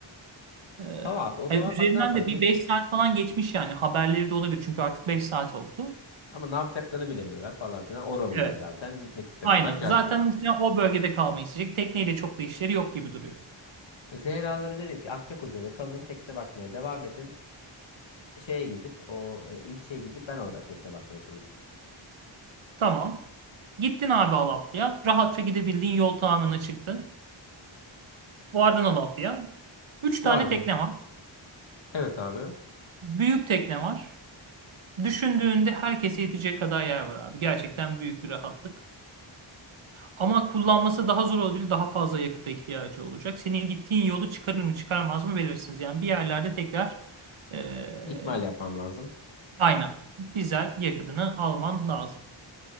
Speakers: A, on the right; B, on the left.
A: Ee,
B: Tamam abi o
A: hani
B: zaman
A: üzerinden
B: bak ne yapar
A: de
B: biliyor
A: bir
B: musun?
A: 5 saat falan geçmiş yani. Haberleri de olabilir çünkü artık 5 saat oldu.
B: Ama ne yapacaklarını bilemiyorlar falan filan. Oralılar
A: Evet.
B: zaten gitmek istemiyorlar.
A: Aynen.
B: Carçurt.
A: Zaten muhtemelen o bölgede kalmayı isteyecek. Tekneyle çok da işleri yok gibi duruyor.
B: Zehra'ları derim ki Akçakoca'da kalın tekne bakmaya devam edin. Şeye gidip o e, ilçeye gidip ben orada tekne bakmaya çalışırım.
A: Tamam. Gittin abi Alaplı'ya. Rahatça gidebildiğin yol tamamına çıktın. Vardın Alaplı'ya. 3 tane
B: Vardı
A: tekne
B: mı?
A: var.
B: Evet abi.
A: Büyük tekne var. Düşündüğünde herkese yetecek kadar yer var abi. Gerçekten büyük bir rahatlık. Ama kullanması daha zor olabilir. Daha fazla yakıta ihtiyacı olacak. Senin gittiğin yolu çıkarır mı çıkarmaz mı belirsiniz. Yani bir yerlerde tekrar e,
B: İkmal yapmam lazım.
A: aynen dizel yakıtını alman lazım.